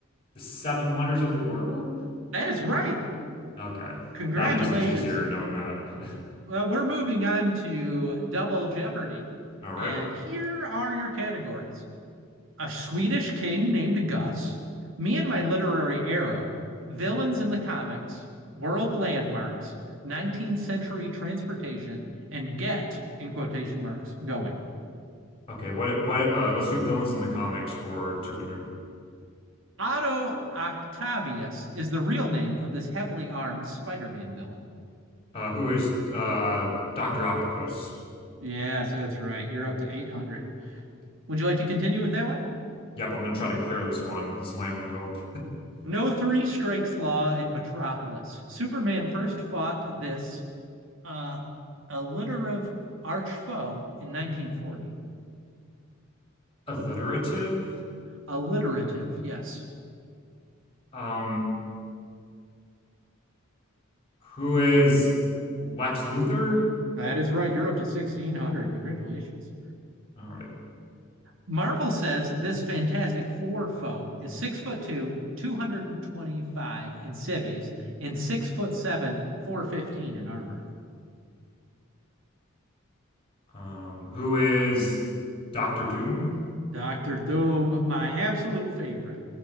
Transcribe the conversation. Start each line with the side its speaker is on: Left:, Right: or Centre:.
Left: the Seven Wonders of the World?
Right: That is right.
Left: Okay.
Right: Congratulations.
Left: That makes things easier knowing that. <laughs>
Right: Well, we're moving on to Double Jeopardy.
Left: All right.
Right: And here are your categories a Swedish king named Gus, me and my literary arrow, villains in the comics, world landmarks, 19th century transportation, and get, in quotation marks, going.
Left: Okay, what what uh let's do villains in the comics for 200.
Right: Otto Octavius is the real name of this heavily armed Spider Man villain.
Left: Uh who is uh Dr. Octopus?
Right: Yes, that's right. You're up to 800. Would you like to continue with that one?
Left: Yep, I'm gonna try to clear this one. This is my only hope.
Right: No three strikes law in Metropolis. Superman first fought this uh, alliterative arch foe in 1940.
Left: <laughs> Alliterative?
Right: Alliterative, yes.
Left: Um who is Lex Luthor?
Right: That is right. You're up to 1600. Congratulations.
Left: All right.
Right: Marvel says this Fantastic Four foe is six foot two, 225 in civvies, and six foot seven, 415 in armor.
Left: Um who is Doctor Doom?
Right: Doctor Doom, my absolute favorite.